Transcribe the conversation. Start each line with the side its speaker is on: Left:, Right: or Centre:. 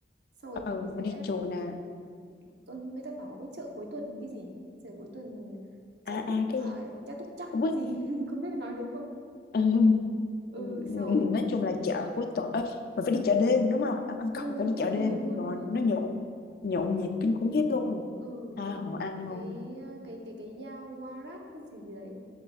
Right: sau rồi mình
Left: ừ
Right: sẽ
Left: mình đi chùa nè
Right: có- người ta bảo có cái chợ cuối tuần cái gì chợ cuối tuần Cha
Left: à
Right: Túc
Left: à cái
Right: à,
Left: gì
Right: Cha Túc chắc
Left: quýt
Right: cái gì <laughs> không biết nói đúng không
Left: <laughs>
Right: ừ
Left: Ừ,
Right: sau rồi
Left: nói chung là chợ cuối tuần ấy, mình phải đi chợ đêm đúng rồi ở Bangkok
Right: ừ
Left: mình phải
Right: đúng
Left: đi chợ
Right: rồi ừ
Left: đêm
Right: đúng rồi
Left: rồi
Right: đúng rồi
Left: nó nhộn nhộn nhịp kinh khủng khiếp luôn
Right: ừ
Left: tha
Right: đấy
Left: hồ ăn
Right: cái
Left: luôn
Right: ờ, cái cái cái dao Warat cái gì gì đấy